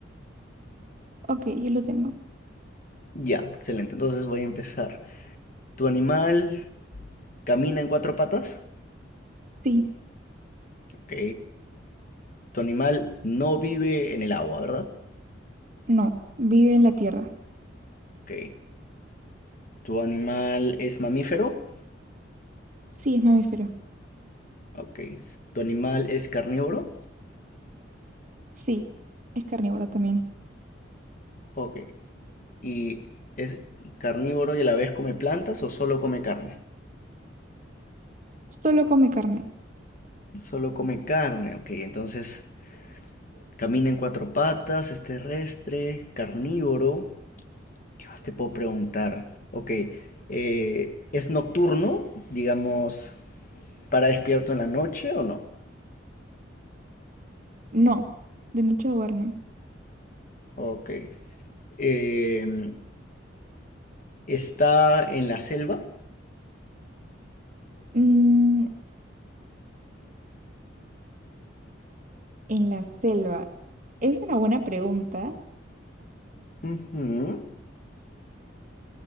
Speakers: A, on the right (about 45°); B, on the left (about 45°).
A: Ok, yo lo tengo.
B: Ya, excelente. Entonces voy a empezar. ¿Tu animal camina en cuatro patas?
A: Sí,
B: Ok. Tu animal no vive en el agua, ¿verdad?
A: no, vive en la tierra.
B: Ok. ¿Tu animal es mamífero?
A: Sí, es mamífero.
B: Ok. ¿Tu animal es carnívoro?
A: Sí, es carnívoro también.
B: Ok. ¿Y es carnívoro y a la vez come plantas o solo come carne?
A: Solo come carne.
B: Solo come carne, ok. Entonces, camina en cuatro patas, es terrestre, carnívoro. ¿Qué más te puedo preguntar? Ok. eh, ¿es nocturno? Digamos, ¿para despierto en la noche o no?
A: No, de noche duerme.
B: Ok. Em, ¿Está en la selva?
A: Mm, En la selva. Es una buena pregunta.
B: Ujú.